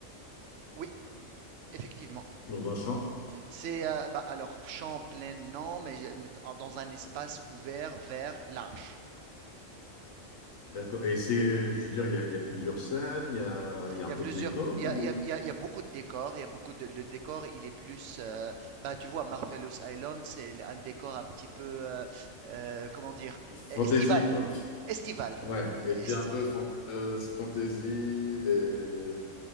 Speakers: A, on the right; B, on the left.
A: Oui, effectivement.
B: dans un champ?
A: C'est euh, bah, alors champ plein non, mais dans un espace ouvert, vert, large.
B: D'accord. Et c'est, je veux dire, il y a, il y a plusieurs scènes, il y a, il y a
A: Il
B: un
A: y
B: peu
A: a plusieurs,
B: de décor
A: il y
B: ou
A: a, il y a- il y a- il y a beaucoup de décors. Il y a beaucoup de, le décor, il est plus, euh, bah tu vois, Marvelous Island, c'est un décor un petit peu, euh, euh, comment dire,
B: fantasy,
A: estival,
B: quoi.
A: estival.
B: Ouais.
A: Esti-
B: Et puis un peu fant- euh, fantasy, des...